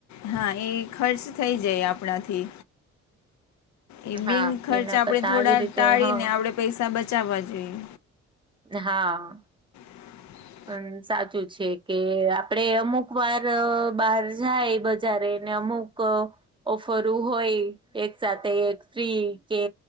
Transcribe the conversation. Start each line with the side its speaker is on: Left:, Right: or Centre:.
Left: હા, એ ખર્ચ થઈ જાય આપડા થી એ બિન
Right: હા
Left: ખર્ચ
Right: એના
Left: આપડે
Right: કરતા
Left: થોડા
Right: આવી રીતે
Left: ટાળીને
Right: હા
Left: આપડે પૈસા બચાવા જોઈએ.
Right: હા.
Left: <inaudible>
Right: પણ સાચું છે કે આપડે અમુક વાર બહાર જાય બજારે ને અમુક ક ઓફર હોય એક સાથે ફ્રી કે